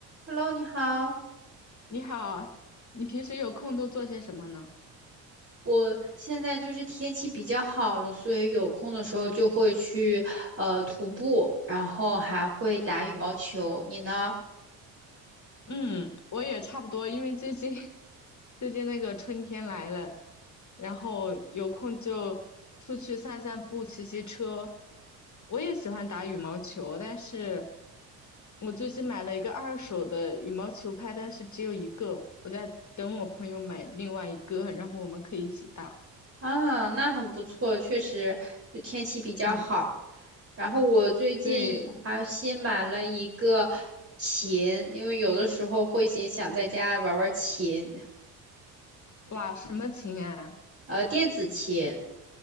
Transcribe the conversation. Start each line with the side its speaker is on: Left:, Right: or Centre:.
Right: Hello，你好。
Left: 你好，你平时有空都做些什么呢？
Right: 我现在就是天气比较好了，所以有空的时候就会去呃徒步，然后还会打羽毛球。你呢？
Left: 嗯，我也差不多，因为最近 <laughs> 最近那个春天来了，然后有空就出去散散步、骑骑车。我也喜欢打羽毛球，但是我最近买了一个二手的羽毛球拍，但是只有一个，我在等我朋友买另外一个，然后我们可以一起打。
Right: 啊，那很不错，确实就天气比较好。
Left: 嗯，
Right: 然后我最近也还新买了一个琴，
Left: 对，
Right: 因为有的时候会写想在家玩玩琴，
Left: 哇，什么琴啊？
Right: 呃，电子琴。